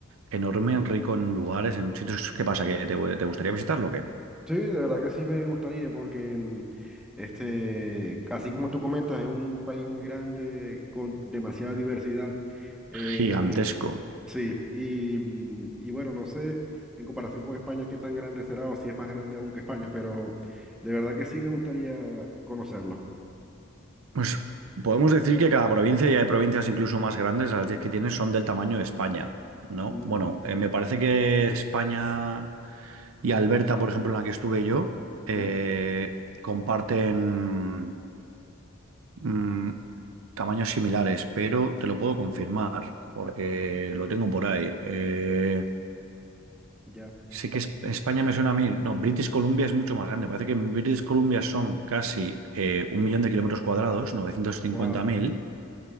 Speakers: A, on the right; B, in the centre.
A: enorme, rico en lugares, en sitios. ¿Qué pasa? ¿Que te, te gustaría visitarlo o qué?
B: Sí, de verdad que sí me gustaría porque em, este, así como tú comentas, es un país muy grande con demasiada diversidad. Eh,
A: Gigantesco.
B: sí, y, mm, y bueno, no sé en comparación con España qué tan grande será o si es más grande aún que España, pero de verdad que sí me gustaría conocerlo.
A: Pues podemos decir que cada provincia, y hay provincias incluso más grandes, las 10 que tiene son del tamaño de España, ¿no?
B: Mm,
A: Bueno, eh, me parece que España y Alberta, por ejemplo, en la que estuve yo, eh,
B: ¿ya?
A: comparten mm, tamaños similares, pero te lo puedo confirmar porque lo tengo por ahí. Eh,
B: Ya.
A: sí que es- España me suena a mí. No, British Columbia es mucho más grande. Parece que en British Columbia son casi eh, un millón de kilómetros cuadrados, novecientos cincuenta
B: Wow.
A: mil.